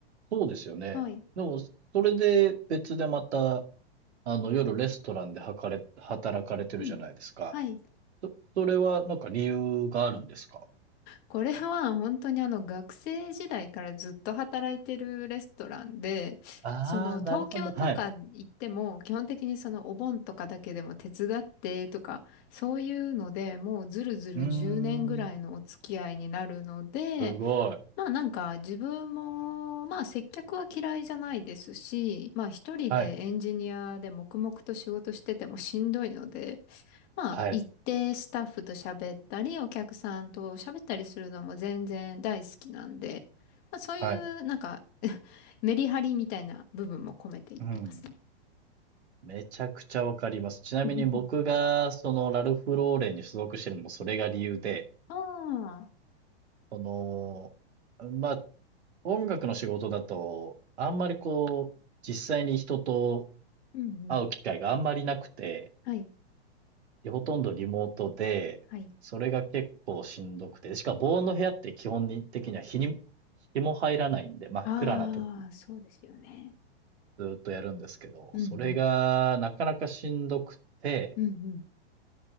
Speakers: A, on the right (about 75°); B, on the left (about 30°).
A: そうですよね。
B: はい。
A: でも、それで別でまたあの、夜レストランではかれ、働かれてるじゃないですか。
B: うん。はい。
A: そ、それはなんか理由があるんですか
B: これは本当にあの学生時代からずっと働いてるレストランで、
A: ああー、
B: その東京とか行っても基本的にそのお盆とかだけでも手伝ってとか、
A: なるほど。はい。
B: そういうのでもうずるずる10年ぐらいのお付き合いになるので、
A: うーん。すごい。
B: まあなんか自分もまあ接客は嫌いじゃないですし、まあ一人でエンジニアで黙々と仕事しててもしんどいので、
A: はい。
B: まあ、
A: はい。
B: 行ってスタッフと喋ったり、お客さんと喋ったりするのも全然大好きなんで、まあ、そういう、
A: はい。
B: なんか <laughs> メリハリみたいな部分も込めていってますね。
A: うん。めちゃくちゃわかります。ちなみに僕が、
B: <laughs>
A: その、ラルフ・ローレンに所属してるのもそれが理由で、
B: ああ、
A: その、まあ、音楽の仕事だと、あんまりこう、実際に人と
B: うんうん。
A: 会う機会があんまりなくて、
B: はい、
A: で、ほとんどリモートで、
B: はい。
A: それが結構しんどくて、しかも防音の部屋って基本的には日に、日も入らないんで、真っ暗なところでこ
B: ああ、そうですよね。
A: う、ずーっとやるんですけど、
B: うんう
A: それがなかなかしんどくて、
B: ん。うんうん。